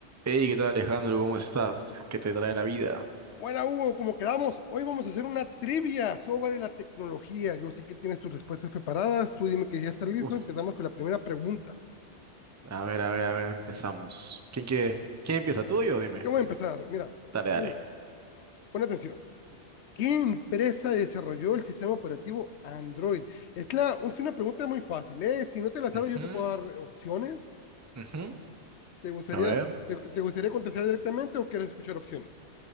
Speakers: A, on the right; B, on the left.
A: Hey, ¿qué tal Alejandro? ¿Cómo estás? ¿Qué te trae la vida?
B: Buena, Hugo, como quedamos, hoy vamos a hacer una trivia sobre la tecnología. Yo sé que tienes tus respuestas preparadas, tú dime que ya está listo,
A: Uf,
B: empezamos con la primera pregunta.
A: A ver, a ver, a ver, empezamos. ¿Quién quiere? ¿Quién empieza? ¿Tú o yo? Dime.
B: Yo voy a empezar, mira,
A: Dale, dale.
B: Hugo, pon atención. ¿Qué empresa desarrolló el sistema operativo Android? Es, la, es una pregunta muy fácil, ¿eh? Si no te la sabes,
A: Ujú,
B: yo te puedo dar opciones.
A: ujú.
B: ¿Te gustaría,
A: A ver,
B: te, te gustaría contestar directamente o quieres escuchar opciones?